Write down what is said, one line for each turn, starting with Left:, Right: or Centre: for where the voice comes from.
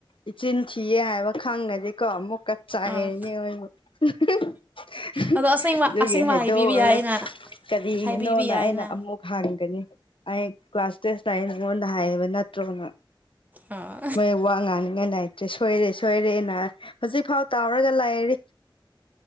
Left: ꯏꯆꯤꯟ ꯊꯤꯌꯦ ꯍꯥꯏꯕ ꯈꯪꯉꯗꯤꯀꯣ ꯑꯃꯨꯛꯀ ꯆꯥꯏꯌꯦꯅꯦ
Right: ꯑꯥ
Left: <unintelligible>
Right: ꯑꯗꯣ ꯑꯁꯦꯡꯕ
Left: ꯑꯗꯨꯒꯤ
Right: ꯑꯁꯦꯡꯕ
Left: ꯍꯥꯏꯗꯣꯛꯑ
Right: ꯍꯥꯏꯕꯤꯕ ꯌꯥꯏꯅ
Left: ꯀꯔꯤꯒꯤꯅꯣꯅ
Right: ꯍꯥꯏꯕꯤꯕ ꯌꯥꯏꯅ
Left: ꯑꯩꯅ ꯑꯃꯨꯛ ꯍꯪꯒꯅꯤ ꯑꯩ ꯀ꯭ꯂꯥꯁ ꯇꯦꯁꯇ ꯂꯩ ꯅꯉꯣꯟꯗ ꯍꯥꯏꯕ ꯅꯠꯇ꯭ꯔꯣꯅ
Right: ꯑꯥ
Left: ꯃꯣꯏ ꯋꯥ ꯉꯥꯡꯅꯤꯉꯥꯏ ꯂꯩꯥꯏꯇ꯭ꯔꯦ ꯁꯣꯏꯔꯦ ꯁꯣꯏꯔꯦꯅ ꯍꯧꯖꯤꯛꯐꯥꯎ ꯇꯥꯎꯔꯒ ꯂꯥꯛꯔꯤ